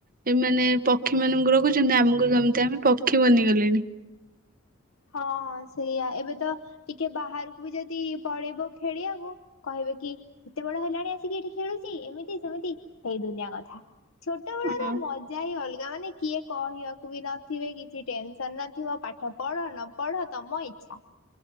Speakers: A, on the right; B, on the left.
A: ଏ ମାନେ। ପକ୍ଷୀ ମାନଙ୍କୁ ରଖୁଛନ୍ତି ଆମକୁ ସେମିତି ଆମେ ପକ୍ଷୀ ବନିଗଲେଣି।
B: ହଁ ହଁ ସେଇଆ ଏବେ ତ ଟିକେ ବାହାରକୁ ବି ଯଦି ପଳେଇବ ଖେଳିବାକୁ। କହିବେ କି ଏତେ ବଡ ହେଲାଣି ଆସିକି ଏଠି ଖେଳୁଛି। ଏମିତି ସେମିତି ହେଇ ଦୁନିଆ କଥା। ଛୋଟ ବେଳ
A: ହଁ
B: ର ମଜା ହିଁ ଅଲଗା ମାନେ କିଏ କହିବାକୁ ବି ନଥିବେ କିଛି ଟେନସନ ନଥିବ ପାଠ ପଢ। ନ ପଢ଼ ତମ ଇଛା।